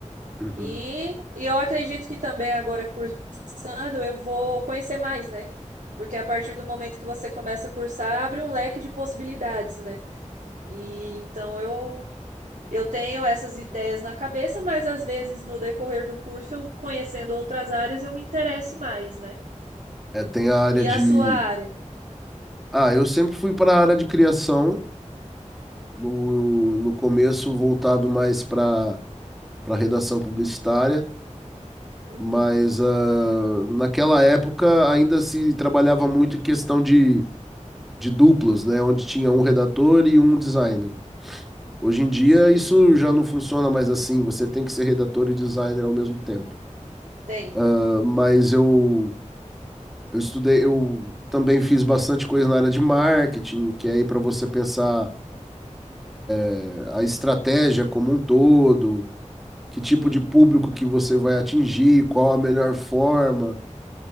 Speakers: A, in the centre; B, on the right.
A: Uhum.
B: E, e eu acredito que também agora cursando eu vou conhecer mais, né? Porque a partir do momento que você começa a cursar, abre um leque de possibilidades, né? E então eu eu tenho essas ideias na cabeça, mas às vezes no decorrer do curso, eu conhecendo outras áreas, eu me interesse mais, né?
A: É, tem a área
B: E
A: de.
B: a sua área?
A: Ah, eu sempre fui para a área de criação, no, no começo voltado mais para para redação publicitária.
B: Uhum.
A: Mas ah, naquela época ainda se trabalhava muito em questão de, de duplos, né? Onde tinha um redator e um designer. Hoje em dia
B: Sim,
A: isso já não funciona mais assim, você tem que ser redator e designer ao mesmo tempo.
B: tem.
A: Ah, mas eu, eu estudei, eu também fiz bastante coisa na área de marketing, que é aí para você pensar eh, a estratégia como um todo, que
B: Sim.
A: tipo de público que você vai atingir, qual a melhor forma.